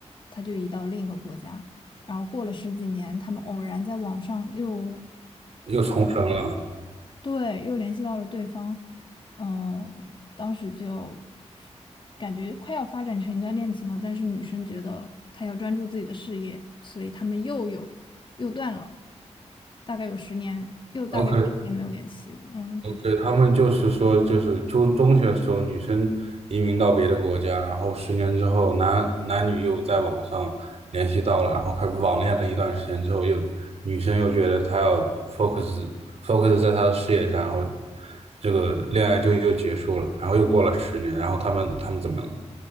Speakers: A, on the left; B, on the right.
A: 他就移到另一个国家，然后过了十几年，他们偶然在网上又
B: 又重生了。
A: 对，又联系到了对方，嗯、当时就感觉快要发展成一段恋情了，但是女生觉得她要专注自己的事业，所以他们又有又断了，大概有十年，又大概有十年没有联系，
B: OK，
A: 嗯，就这样
B: OK，他们就是说，就是中中学的时候，女生移民到别的国家，然后十年之后男，男女又在网上联系到了，然后开始网恋了一段时间之后又，女生又觉得她要 focus focus 在她的事业上，然后这个恋爱就又结束了，然后又过了十年，然后他们他们怎么了